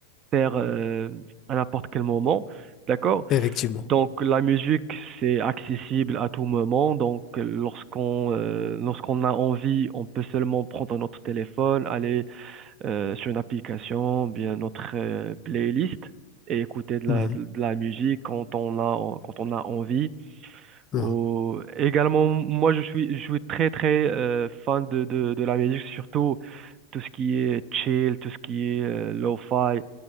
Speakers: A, on the right (about 30°); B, on the left (about 30°).
A: faire euh, à n'importe quel moment, d'accord?
B: effectivement.
A: Donc la musique, c'est accessible à tout moment. Donc euh, lorsqu'on euh, lorsqu'on a envie, on peut seulement prendre notre téléphone, aller euh, sur une application, bien notre euh, playlist et écouter de la,
B: Mhm,
A: de la musique quand on a quand on a envie.
B: mhm,
A: Ou- également, moi je suis je suis très très euh, fan de, de de la musique, surtout tout ce qui est chill, tout ce qui est euh, lo-fi,